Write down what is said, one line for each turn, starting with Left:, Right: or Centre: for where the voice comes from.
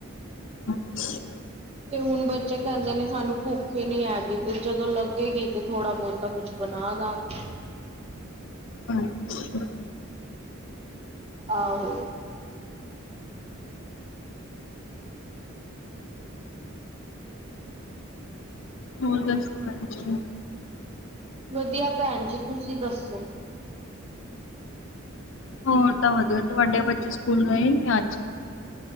Left: ਅੱਛਾ
Right: ਤੇ ਹੁਣ ਬੱਚੇ ਕਹਿੰਦੇ ਨੇ ਸਾਨੂੰ ਭੁੱਖ ਹੀ ਨੀ ਹੈਗੀ ਤੇ ਜਦੋਂ ਲੱਗੇਗੀ ਤੇ ਥੋੜਾ ਬਹੁਤਾ ਕੁਛ ਬਣਾ ਦਾਗੀ।
Left: ਅੱਛਾ <unintelligible>
Right: ਆਹੋ।
Left: ਹੋਰ ਦੱਸੋ <inaudible>
Right: ਵਧੀਆ ਭੈਣ ਜੀ ਤੁਸੀਂ ਦੱਸੋ।
Left: ਹੋਰ ਤਾਂ ਵਧੀਆ ਤੁਹਾਡੇ ਬੱਚੇ ਸਕੂਲ ਗਏ ਹੀ ਅਜ।